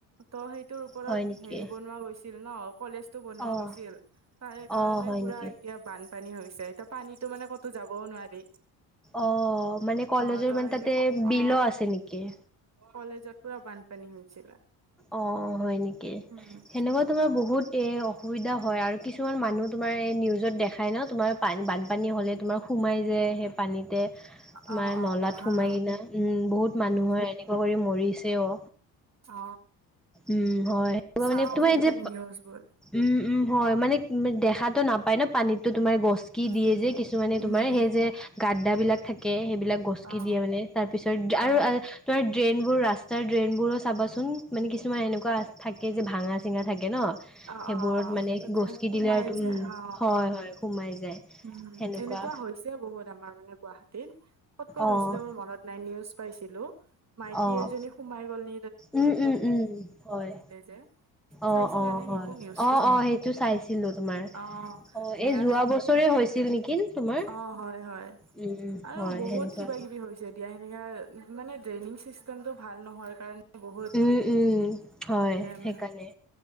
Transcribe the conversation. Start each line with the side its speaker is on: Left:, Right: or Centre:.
Right: ত' সেইটোৰ ওপৰত
Centre: হয় নেকি?
Right: বনুৱা গৈছিল ন' কলেজ টো বনুৱা
Centre: অ'
Right: গৈছিল তাৰেকাৰণে
Centre: অ' হয়
Right: পোৰা
Centre: নেকি?
Right: এতিয়া বানপানী হৈছে এতিয়া পানীতো মানে ক'তো যাবও নোৱাৰি।
Centre: অ', মানে কলেজৰ
Right: অ ত
Centre: মানে
Right: সেইনে
Centre: তাতে বিল
Right: অ
Centre: আছে নেকি?
Right: কলেজত পুৰা বানপানী হৈছিলে।
Centre: অঁ', হয় নেকি।
Right: উম',।
Centre: সেনেকুৱা তোমাৰ বহুত এ অসুবিধা হয় আৰু কিছুমান মানুহ তোমাৰ এই নিউজত দেখাই ন তোমাৰ পানী বানপানী হ'লে তোমাৰ সোমাই যে সেই পানীতে তোমাৰ
Right: অ অ
Centre: নলাত
Right: হা
Centre: সোমাই কিনা উম বহুত
Right: উম
Centre: মানুহৰ এনেকুৱা কৰি মৰিছে অ
Right: অ
Centre: উম হয়
Right: চাও
Centre: মানে তোমাৰ
Right: সেইবিলাক
Centre: যে
Right: নিউজবোৰ
Centre: উম উম হয় মানে দেখাতটো নাপায় ন পানীততো তোমাৰ গছ কি
Right: উম
Centre: দিয়ে
Right: উম
Centre: যে কিছুমানে
Right: উম
Centre: তোমাৰ
Right: হম
Centre: সেই যে গাদাবিলাক থাকে সেইবিলাক গছকি
Right: অ
Centre: দিয়ে মানে তাৰপিছত আৰু
Right: অ
Centre: তোমাৰ ড্ৰেইনবোৰ ৰাস্তাৰ ড্ৰেইনবোৰো চাবাচোন মানে কিছুমান এনেকুৱা থাকে যে ভাঙা চিঙা থাকে ন
Right: অ
Centre: সেইবোৰত
Right: অ
Centre: মানে
Right: তাতে
Centre: গচকি
Right: সোমাই
Centre: দিলে আৰু উম
Right: যায় অ
Centre: হয় হয় সুমাই যায়।
Right: উম,
Centre: সেনেকুৱা
Right: এনেকুৱা হৈছে বহুত আমাৰ মানে গুৱাহাটীত কত ক'ত
Centre: অ',
Right: হৈছিলে মোৰ মনত নাই নিউজ পাইছিলো মাইকী
Centre: অ',
Right: এজনী সোমাই গ'ল ন
Centre: উম, উম, উম, হয়।
Right: যে চাইছিলা
Centre: অঁ অঁ
Right: নে
Centre: হয়,
Right: সেইটো নিউজটো
Centre: অঁ অঁ' সেইটো চাইছিলো তোমাৰ
Right: অ
Centre: অ
Right: বেয়া
Centre: এই যোৱা বছ- ছৰে হৈছিল নেকি তোমাৰ।
Right: অঁ হয় হয়,
Centre: উম,
Right: আৰু
Centre: হয়
Right: বহুত
Centre: সেনেকুৱা।
Right: কিবা কিবি হৈছে। দিয়া সেনেকা মানে ড্ৰেইনিং চিষ্টেমটো ভাল নহয় কাৰণ, বহুত
Centre: উম, উম, হয়
Right: প্ৰব্লেম।
Centre: সেইকাৰণে।